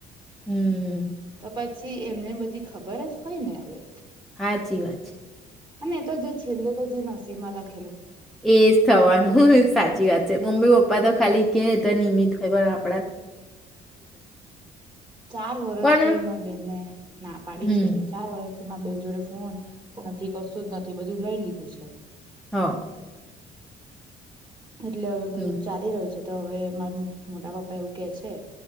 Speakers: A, in the centre; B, on the right.
A: હમ
B: તો પછી એમને બધી ખબર જ હોયને હવે.
A: સાચી વાત
B: અને એતો જો છેલ્લે તો જેનાસ છે નાલાક
A: એજ થવાનું સાચ- ચી વાત છે. મમ્મી પપ્પા તો ખાલી કે તો નિમિત હોય બૈરા
B: ચાર વરર્ષથી
A: પણ
B: મારી બેનને ના પાડી
A: હમ,
B: છે. ચાર વર્ષ છે માં બેન જોડે ફોન નથી, કશું જ નથી બધું લઈ લીધું છે.
A: હ.
B: એટલે હવે બધું
A: હમ,
B: ચાલી રહ્યું છે. તો હવે મારી મોટા પપ્પા એવું કે છે